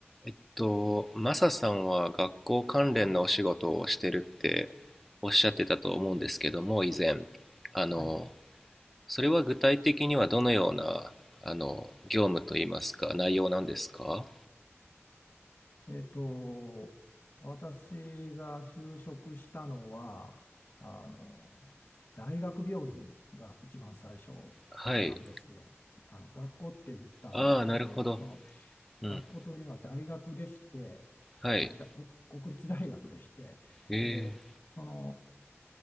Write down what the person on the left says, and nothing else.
はい。
えっと、私が就職したのは、あの、大学病院が一番最初なんですよ。
あの、学校って言ったんですけど、
まあ、その
学校というのは大学でして、
あ、だ、こ国立大学でして、
で、その、